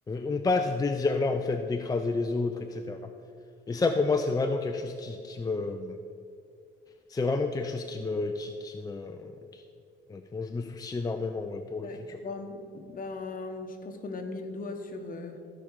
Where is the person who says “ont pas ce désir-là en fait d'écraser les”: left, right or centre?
Left